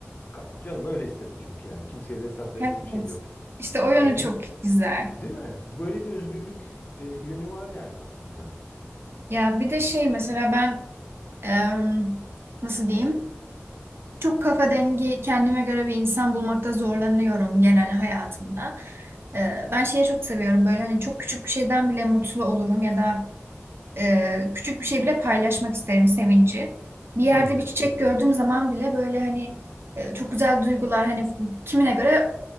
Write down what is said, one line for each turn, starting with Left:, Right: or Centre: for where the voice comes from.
Left: Ka- Canım öyle istedi çünkü yani. Kimseye de hesap verecek
Right: evet.
Left: bir şeyim de yok.
Right: İşte o yönü
Left: E
Right: çok
Left: hiç
Right: güzel.
Left: değil mi? Böyle bir özgürlük e, yönü var yani aslında.
Right: Ya bir de
Left: Önce.
Right: şey mesela ben em, nasıl diyeyim? Çok kafa dengi kendime göre bir insan bulmakta zorlanıyorum genel hayatımda. Ee, ben şeyi çok seviyorum böyle hani çok küçük bir şeyden bile mutlu olurum ya da e, küçük bir şey bile paylaşmak isterim sevinci. Bir yerde
Left: Hı hı,
Right: bir çiçek
Left: çok güzel.
Right: gördüğüm zaman bile böyle hani e, çok güzel duygular hani kimine göre